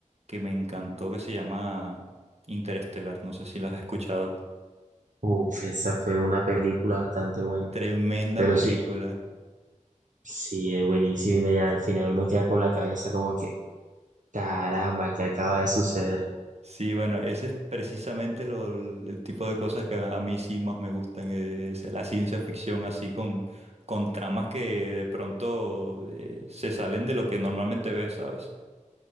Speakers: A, on the right; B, on the right.
A: que me encantó que se llama Interestelar, no sé si la has escuchado.
B: Uf, esa fue una película bastante buena.
A: Tremenda
B: Pero
A: película.
B: sí, sí, es buenísima y vea, al final uno queda con la cabeza como que, caramba, ¿qué acaba de suceder?
A: Sí, bueno, ese es precisamente lo- el tipo de cosas que a mí sí más me gustan, es la ciencia ficción así con, con tramas que de pronto eh, se salen de lo que normalmente ves, ¿sabes?